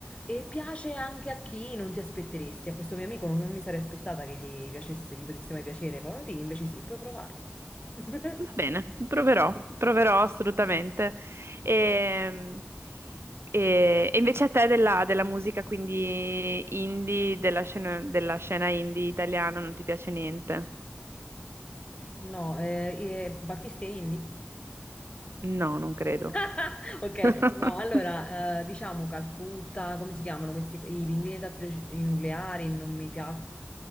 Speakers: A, on the left; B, on the right.
A: E piace anche a chi non ti aspetteresti. A questo mio amico non, non mi sarei aspettata che gli piacesse, gli potesse mai piacere Paolo Nutini, invece sì, puoi provare. <laughs>
B: Va bene, proverò, proverò assolutamente. E, e- e invece a te della, della musica, quindi indie, della scena, della scena indie italiana, non ti piace niente?
A: No, eh, eh, Battisti e Indy?
B: No, non credo.
A: <laughs> Ok,
B: <laughs>
A: no, allora, eh, diciamo Calcutta, come si chiamano questi, i pinguini tattici nucleari, non mi piacciono.